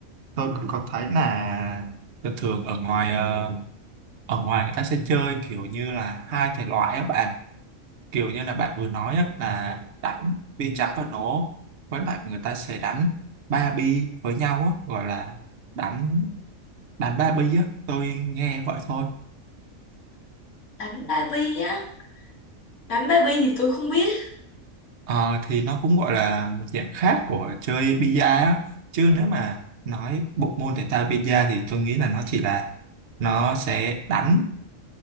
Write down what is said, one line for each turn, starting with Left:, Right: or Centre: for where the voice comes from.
Right: tôi cũng có thấy là thường thường ở ngoài ờ, ở ngoài người ta sẽ chơi kiểu như là hai thể loại á bạn kiểu như là bạn vừa nói á, là đánh bi trắng và nổ với lại người ta sẽ đánh ba bi với nhau á, gọi là đánh đánh ba bi á tôi nghe vậy thôi
Left: đánh ba bi á đánh ba bi thì tôi không biết
Right: Ờ, thì nó cũng gọi là một dạng khác của chơi bi á chứ nếu mà nói bộ môn thể thao bi thì tôi nghĩ là nó chỉ là nó sẽ đánh